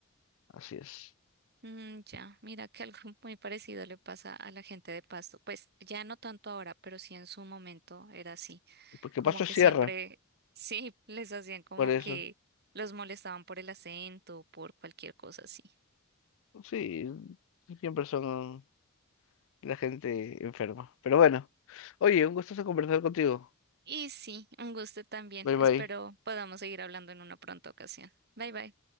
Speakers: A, on the left; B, on the right.
A: así es.
B: mm, ya. Mira que algo <laughs> muy parecido le pasa a la gente de Pasto. Pues ya no tanto ahora, pero sí en su momento era así.
A: Porque
B: Como
A: Pasto
B: que
A: es sierra,
B: siempre, <laughs> sí, les hacían como
A: por eso.
B: que los molestaban por el acento, por cualquier cosa así.
A: Sí, siempre son la gente enferma. Pero bueno, oye, un gustazo conversar contigo.
B: Y sí, un gusto también.
A: Bye bye.
B: Espero podamos seguir hablando en una pronta ocasión. Bye bye.